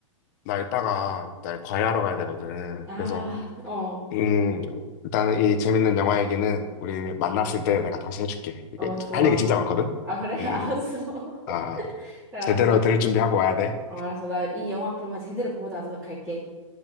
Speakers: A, on the left; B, in the centre.
A: 나 이따가 나 과외하러 가야 되거든.
B: 아,
A: 그래서
B: 어,
A: 음, 일단은 이 재밌는 영화 얘기는 우리 만났을 때 내가 다시 해줄게. 이게
B: 어, 좋아.
A: 할 얘기 진짜 많거든?
B: 아, 그래? <laughs>
A: 음, 음.
B: 알았어. <laughs>
A: 아,
B: 그래, 알았어.
A: 제대로 들을 준비하고 와야 돼.
B: 어, 알았어. 나 이 영화 그러면 제대로 보고 나도 갈게.